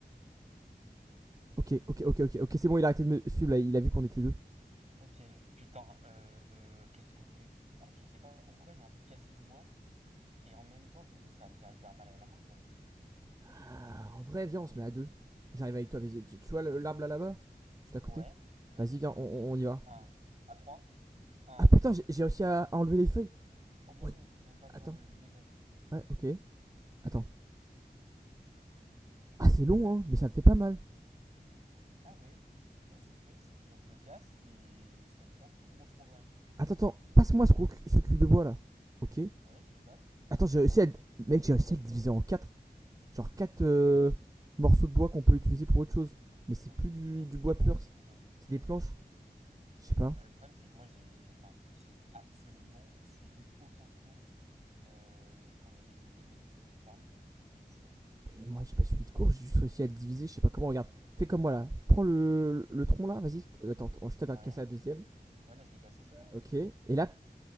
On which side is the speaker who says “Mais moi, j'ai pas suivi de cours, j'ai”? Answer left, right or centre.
Right